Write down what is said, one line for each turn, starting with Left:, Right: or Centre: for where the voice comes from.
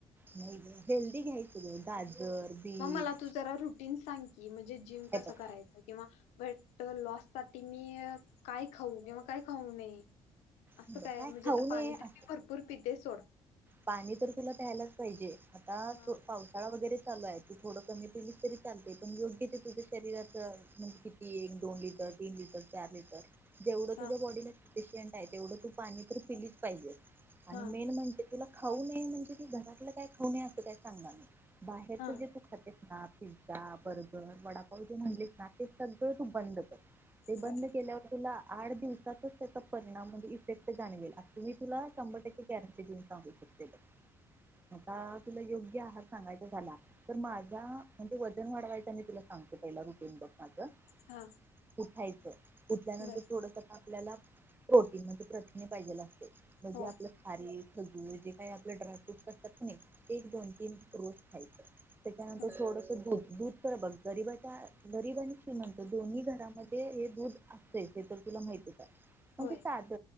Right: नाही ग, हेल्दी घ्यायच ग, गाजर बीट
Left: मग मला तु जरा रुटीन सांग की, म्हणजे जिम कसं
Right: हे बघ
Left: करायचं? किंवा वेट लॉस साठी मी काय खाऊ? किंवा काय खाऊ नये? असं
Right: हे बघ,
Left: काय म्हणजे
Right: खाऊ
Left: आता पाणी
Right: नये
Left: तर मी भरपूर पिते सोड.
Right: पाणी तर तुला प्यायलाच पाहिज. आता
Left: हा
Right: पाव साळा वगैरे चालू आहे. तू थोड कमी पिली तरी चालते, पण योग्य ते तुझ्या शरीराच्या म्हणजे ही एक-दोन लिटर, तीन लिटर, चार लिटर जेवढं
Left: हा
Right: तुझ्या बॉडीला सफिशियंट आहे तेवढं तू पाणी तर पिलीच पाहिजे, आणि
Left: हा
Right: मेन म्हणजे तुला खाऊ नये म्हणजे ते घरातलं काय खाऊ नये असं काय सांगणार नाही बाहेरच
Left: हा
Right: जे तु खातेस ना पिझ्झा, बर्गर, वडापाव जे म्हणलीस ना ते सगळं तू बंद कर. ते बंद
Left: बर
Right: केल्या तुला आठ दिवसातच त्याचा परिणाम म्हणजे इफेक्ट जाणवेल असं मी तुला शंभर टक्के गॅरंटी देऊन सांगू शक ते बघ आता तुला योग्य आहार सांगायचा झाला तर माझा म्हणजे वजन वाढवायचा मी तुला सांगते पहिला रुटीन बघ माझं
Left: हा
Right: उठायचं. उठल्यानंतर
Left: बर
Right: थोडस तर आपल्याला प्रोटीन म्हणजे प्रथिने पाहिजेल असतय म्हणजे
Left: हो
Right: आपलं खारीक, खजूर काही आपले ड्रायफ्रूटस असतात की नाही ते एक दोन तीन रोज खायचं त्याच्यानंतर
Left: ह
Right: थोडंस दूध दूध. तर बघ गरीबाच्या गरीब आणि श्रीमतो दोन्ही घरामध्ये हे दूध. हे तर तुला माहितीच आहे. म्हणजे
Left: होय
Right: साध